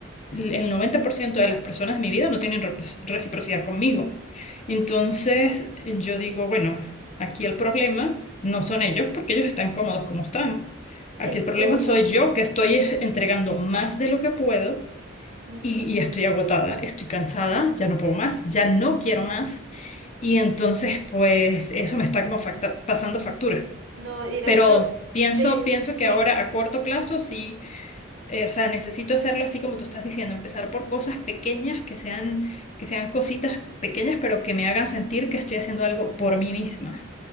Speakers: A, on the left; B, on the right.
A: el 90% de las personas de mi vida no tienen repro- reciprocidad conmigo. Entonces, yo digo, bueno, aquí el problema no son ellos, porque ellos están cómodos como están. Aquí
B: Es
A: el problema
B: uno.
A: soy yo, que estoy eh, entregando más de lo que puedo
B: Ujú.
A: y, y estoy agotada, estoy cansada, ya no puedo más, ya no quiero más. Y entonces, pues, eso me está como facta- pasando factura.
B: No, era,
A: Pero
B: tú,
A: pienso,
B: te,
A: pienso
B: sí.
A: que ahora a corto plazo sí, eh, o sea, necesito hacerlo así como tú estás diciendo, empezar por cosas pequeñas que sean, que sean cositas pequeñas, pero que me hagan sentir que estoy haciendo algo por mí misma.